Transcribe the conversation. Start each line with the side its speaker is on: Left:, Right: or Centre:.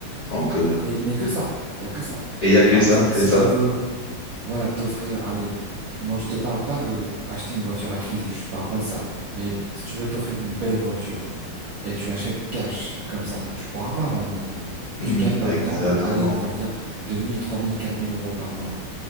Left: Donc, euh,
Right: mais, mais que ça. Il y a que ça.
Left: et il n'y
Right: Mais
Left: a que
Right: par
Left: ça,
Right: exemple,
Left: c'est
Right: si
Left: ça.
Right: tu veux Voilà, t'offrir, allez, moi je te parle pas de acheter une voiture à crédit, je te parle pas de ça. Mais si tu veux t'offrir une belle voiture et tu l'achètes cash, comme ça, tu pourras pas malheureusement.
Left: Hmm,
Right: Tu gagnes par
Left: exactement.
Right: exemple, allez, on va dire 2000, 3000, 4000 euros par mois.